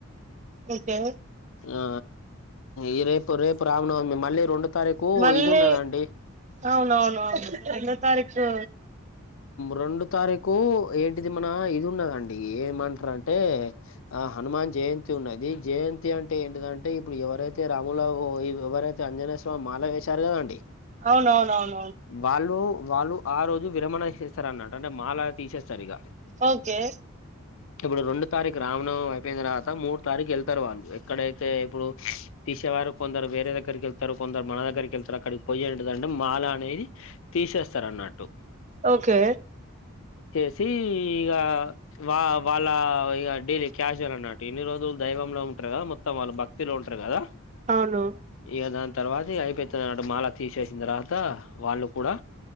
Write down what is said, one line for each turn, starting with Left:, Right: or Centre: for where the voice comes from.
Right: ఓకే
Left: ఆ ఈ రేపు రేపు రామనవమి మళ్ళీ రెండు తారీకు
Right: మళ్ళీ
Left: ఇది ఉన్నదండి
Right: అవునవునవును రెండో తారీకు
Left: రెండు తారీకు ఏంటిది మన ఇది ఉన్నదండి ఏమంటారంటే ఆ హనుమాన్ జయంతి ఉన్నది జయంతి అంటే ఏంటిదంటే ఇప్పుడు ఎవరైతే రాముల ఎవరైతే ఆంజనేయ స్వామి మాల వేశారుగాద అండి
Right: అవునవునవును
Left: వాళ్ళు వాళ్ళు ఆ రోజు విరమణ ఇ చేస్తారు అన్నట్ అంటే మాల తీసేస్తారు ఇక
Right: ఓకే
Left: ఇప్పుడు రెండు తారీక రావణం అయిపోయిన తర్వాత మూడు తారీక వెళ్తారు వాళ్ళు ఎక్కడైతే ఇప్పుడు తీసేవారు కొందరు వేరేగ్గరికి వెళ్తారు కొందరు మన దగ్గరికి వెళ్తారు అక్కడికి పోయి ఏంటంటే మాల అనేది తీసేస్తార అన్నట్టు
Right: ఓకే
Left: చి ఇగా వా వాళ్ళ ఇ డైలీ క్యాషువల్ అన్నట్టు ఎన్ని రోజులు దైవంలో ఉ ఉంటార్గ మొత్తం వాళ్ళు భక్తిలో ఉంటారు కదా
Right: అవును
Left: ఇక దాని తర్వాత అయిపోయితు అటు మాల తీసేసిన తర్వాత వాళ్ళు కూడా